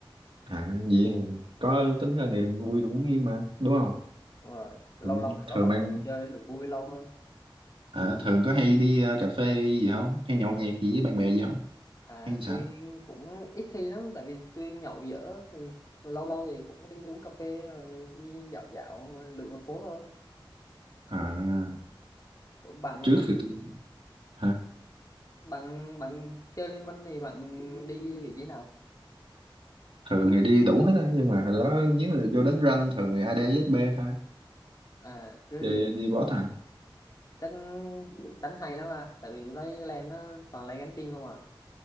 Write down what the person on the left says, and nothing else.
Ừ,
đúng rồi lâu
lâu thì
có bạn
chơi được vui lâu hơn
à
tôi cũng ít khi lắm tại vì tôi nhậu dở thì lâu lâu thì cũng có đi uống cà phê rồi đi dạo dạo lượn một phố thôi
Ủa, bạn
bạn bạn chơi liên minh thì bạn đi vị trí nào
à thế
thì
chắc đánh hay lắm à tại vì tôi thấy lan nó toàn lane gánh team không à